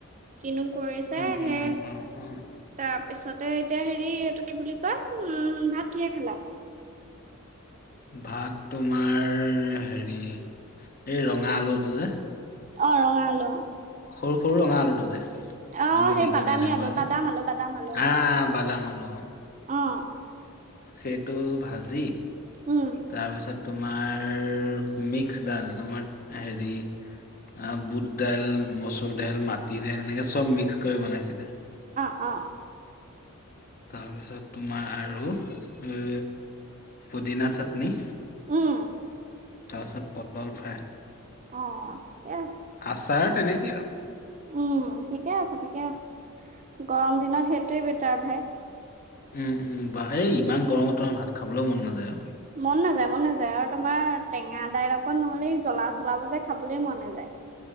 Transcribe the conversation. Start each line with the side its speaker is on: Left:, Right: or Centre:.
Right: কিনো কৰিছে
Left: অ
Right: সেই
Left: অ
Right: তাৰ
Left: অ অ
Right: তাৰ পিছতে এতিয়া হেৰি এইটো কি বুলি কয় ভাত কিহে খালা
Left: ভাত তোমাৰ হেৰি এই ৰঙা আলুটো যে
Right: অ ৰঙা আলু
Left: সৰু সৰু ৰঙা আলুটো যে
Right: অ অ
Left: ন
Right: সেই
Left: দীঘ
Right: বাদামী
Left: দিয়া নাই
Right: আলু
Left: পোৱ যে
Right: বাদাম আলু বাদাম আলু অ
Left: আহ বাদাম আনো
Right: অ
Left: সেইটো ভাজি
Right: উম
Left: তাৰপিছত তোমাৰৰ মিক্সডাল তোমাৰ হেৰি আ বুট দাইল মচুৰ দাইল মাটি দাইল এনেকৈ চব মিক্স কৰি বনাইছিলে
Right: অঁ
Left: তাৰ পিছত তোমাৰ আৰু এ পুদিনা চাটনি
Right: উম
Left: তাৰপিছত পটল ফাই
Right: অ ঠিকে আছে
Left: আচাৰ তেনেকে আৰু
Right: উম ঠিকে আছে ঠিকে আছে গৰম দিনত সেইটোৱে বেটাৰ ভাই
Left: উম উম বা এই ইমান গৰমত তম ভাত খাবলৈও মন নাযায় আৰু
Right: মন নাযায় মন নাযায় আৰু তোমাৰ টেঙা দাইল অকত নহ'লে জ্বলা চলাব যে খাবলৈ মন নাযায়